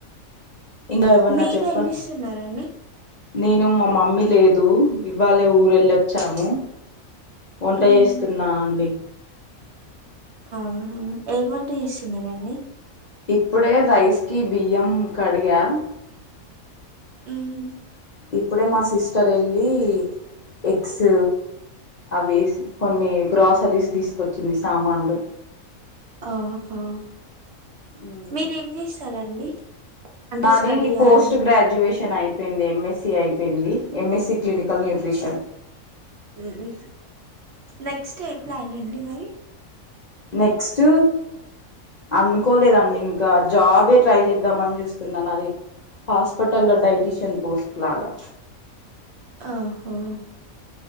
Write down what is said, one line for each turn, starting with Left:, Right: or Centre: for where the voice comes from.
Left: ఇంకా ఏమన్నా
Right: మీరేం
Left: చెప్ప
Right: చేస్తున్నారండి
Left: నేను మా మమ్మీ లే దు ఇవ్వాలే ఊర వెళ్ళిచ్చాము వంట
Right: ఉమ్
Left: చేస్తున్నాండి.
Right: అవునా ఏం వంట చేస్తున్నారండి?
Left: ఇప్పుడే రైస్ కి బియ్యం కడిగా
Right: ఉమ్
Left: ఇప్పుడే మా సిస్టర్ ఏళ్ళి ఎగ్స్ అవేసి కొన్ని గ్రాసరీస్ తీసుకొచ్చింది సామాన్లు
Right: ఆహా
Left: ఉమ్
Right: మీరేం చేస్తారండి? అంటే
Left: నాది
Right: స్టడీయా
Left: పోస్ట్
Right: లైక్
Left: గ్రాడ్యూయేషన్ అయి పోయింది ఎంఎస్సి అయిపోయింది ఎంఎస్సి క్లినికల్ న్యూట్రిషన్
Right: ఉహు నెక్స్ట్ ఏం ప్లాన్ అండి మరి?
Left: నెస్ట్ అనుకోలేదండి ఇంకా జాబ్ ఎ ట్రై చేద్దామని చూ స్తున్నాను అది హాస్పిటల్లో డైటిషియన్ పోస్ట్ లాగా
Right: ఆహో